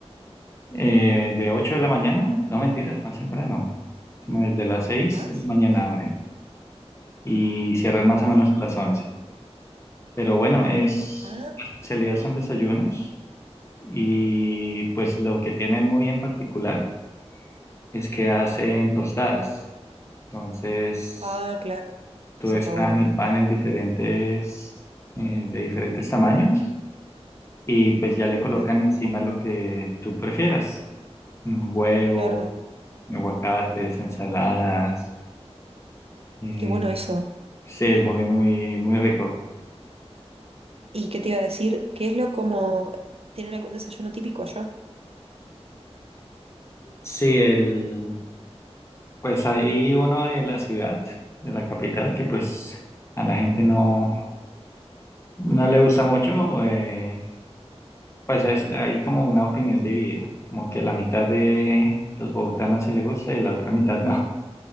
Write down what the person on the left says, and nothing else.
eh, de 8 de la mañana, no mentiras, más temprano, como desde las 6
de la mañana abre y cierran
más o menos a las once Pero bueno, es,
la especialidad son desayunos y pues lo que tienen muy en particular es que hacen tostadas. Entonces,
Todo
está
en el pan en diferentes, eh, de diferentes tamaños y pues ya le colocan
encima lo que tú prefieras. Un Huevo,
aguacates, ensaladas. eh,
sí, es muy, muy, muy rico.
Sí, el, pues hay uno de la ciudad, de la capital, que pues a la gente no, no le gusta mucho. eh, pues es, hay como una opinión dividida, como que la mitad de los bogotanos sí le gusta y la otra mitad no.